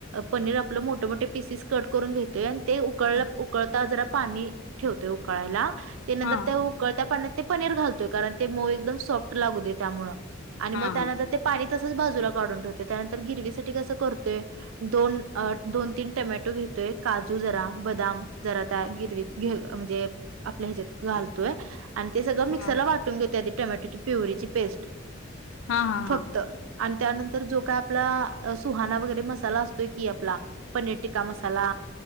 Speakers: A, on the right; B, on the left.
A: पनीर आपलं मोठं मोठे पिसेस कट करून घेतोय. अन् ते उकळलं,
B: हा
A: उकळता जरा पाणी ठेवतोय उकळायला. ते नंतर
B: हा
A: त्या उकळत्या पाण्यात ते पनीर घालतोय. कारण, ते मऊ एकदम सॉफ्ट लागू दे त्यामुळं. आणि
B: हा
A: मग त्यानंतर
B: हा
A: ते पाणी तसंच बाजूला काढून ठेवते. त्यानंतर गिरवीसाठी कसं करतोय दोन, अ दोन - तीन टमॅटो घेतोय. काजू जरा, बदाम जरा, त्या गिरवीत. घेउ म्हणजे, आपल्या ह्याच्यात घालतोय. आणि ते सगळं
B: हा
A: मिक्सरला वाटून घेतोय. आधी टोमॅटोची प्युरीची पेस्ट.
B: हा हा
A: फक्त.
B: हा
A: आणि त्यानंतर जो काय आपला. सुहाणा वगैरे मसाला असतोय की, आपला. पनीर टिक्का मसाला.